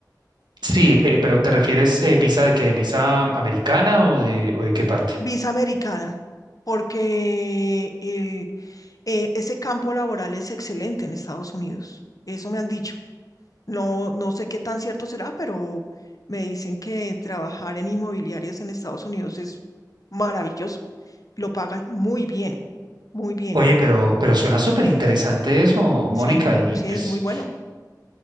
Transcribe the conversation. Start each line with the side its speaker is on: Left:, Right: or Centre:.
Right: Sí, eh, pero ¿te refieres eh, visa de qué? ¿Visa americana o de, o de qué parte?
Left: Visa americana, porque el- eh, ese campo laboral es excelente en Estados Unidos. Eso me han dicho. No, no sé qué tan cierto será, pero me dicen que trabajar en inmobiliarias en Estados Unidos es maravilloso. Lo pagan muy bien, muy bien.
Right: Oye, pero, pero suena súper interesante eso, Mónica,
Left: Sí,
Right: y
Left: sí,
Right: pues,
Left: es muy bueno.